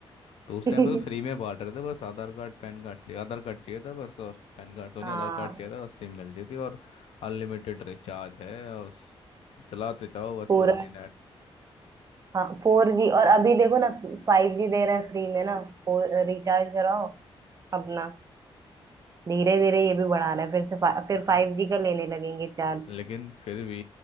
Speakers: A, on the left (about 80°); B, on the right (about 35°).
A: तो उस
B: <laughs>
A: टाइम पे तो फ्री में बांट रहे थे बस आधार कार्ड पैन कार्ड चाहिए आधार कार्ड चाहिए था बस और पैन कार्ड तो नहीं
B: हाँ
A: आधार कार्ड चाहिए था और सिम मिल जाती थी और अनलिमिटेड रिचार्ज है और बस चलाते जाओ बस
B: पूरा
A: फोर जी
B: हाँ फोर जी और अभी देखो ना फाइव जी दे रहे हैं फ्री में ना फोर रिचार्ज कराओ अपना धीरे धीरे ये भी बढ़ा रहा है फिर से फा,
A: नेट
B: फिर फाइव जी का लेने लगेंगे चार्ज
A: लेकिन फिर भी